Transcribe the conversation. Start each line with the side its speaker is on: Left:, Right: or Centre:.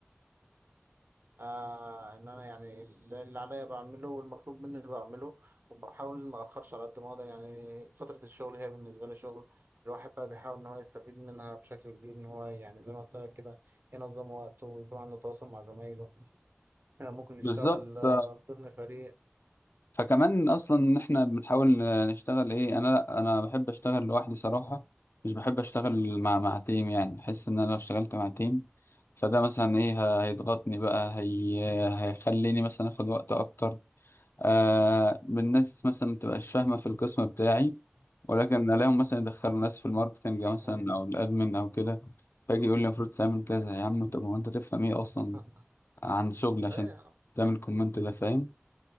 Right: آه ان انا يعني اللي عليا بعمله والمطلوب مني بعمله وبحاول ما اخرش على قد ما اقدر يعني فتره الشغل هي بالنسبه لي شغل الواحد بقى بيحاول ان هو يستفيد منها بشكل كبير ان هو يعني زي ما قلت لك كده ينظم وقته ويكون عنده تواصل مع زمايله آه ممكن يشتغل
Left: بالظبط
Right: آه ضمن فريق
Left: فكمان اصلا ان احنا بنحاول نشتغل ايه انا لا انا بحب اشتغل لوحدي صراحه مش بحب اشتغل مع مع تيم يعني احس ان انا لو اشتغلت مع تيم فده مثلا ايه ه- هيضغطني بقى هي هيخليني مثلا اخد وقت اكتر آه الناس مثلا ما تبقاش فاهمه في القسم بتاعي ولكن
Right: مم.
Left: الاقيهم مثلا يدخلوا ناس في الماركتنج مثلا
Right: ايوه
Left: او الادمن او كده فاجي يقول لي المفروض تعمل كذا يا عم طب هو انت تفهم ايه اصلا
Right: <laughs>
Left: عن شغل عشان
Right: لا يا عم
Left: تعمل كومنت ده فاهم